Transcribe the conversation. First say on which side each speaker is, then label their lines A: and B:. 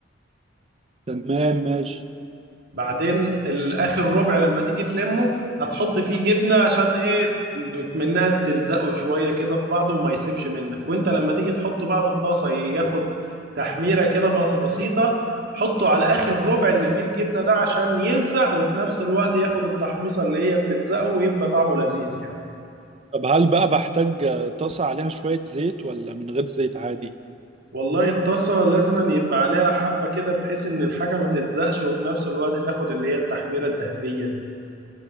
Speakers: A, on the right (about 35°); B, on the right (about 55°).
A: تمام ماشي
B: بعدين الاخر ربع لما تيجي تلمه هتحط فيه جبنه عشان ايه منها تلزقه شويه كده في بعضه وما يسيبش منك وانت لما تيجي تحطه بقى في الطاسه ياخد تحميره كده بس- بسيطه حطه على اخر ربع اللي فيه الجبنه ده عشان يلزق وفي نفس الوقت ياخد التحميصه اللي هي بتلزقه ويبقى طعمه لذيذ يعني
A: طب هل بقى بحتاج آه، طاسة عليها شوية زيت ولا من غير زيت عادي
B: والله الطاسة لازما يبقى عليها حبة كده بحيث إن الحاجة ما تلزقش وفي نفس الوقت تاخد اللي هي التحميرة الذهبية دي